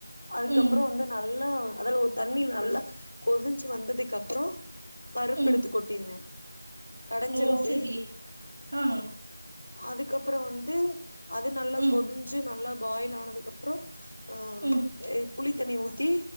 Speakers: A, on the left; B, on the right.
A: அதுக்கப்றோ
B: ம்
A: வந்து நல்லா அதுல ஒரு தண்ணி நல்லா கொதிஞ்சு வந்ததுக்கு அப்றோ பருப்பெடுத்து
B: ம்
A: கொட்டிருவே கடஞ்சு
B: ஓ
A: விட்டு
B: சரி ஆ
A: அதுக்கப்றோ வந் து அது நல்லா
B: ம்
A: கொதிஞ்சு ந நல்லா பாயில் ஆனதுக்கப்றோ ஆ
B: ம்
A: ஏ புளி தண்ணி ஊத்தி